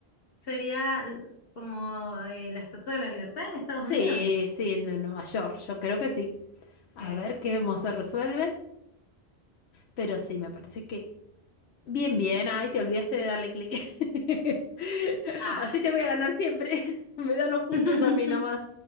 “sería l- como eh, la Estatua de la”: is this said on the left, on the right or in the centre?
Left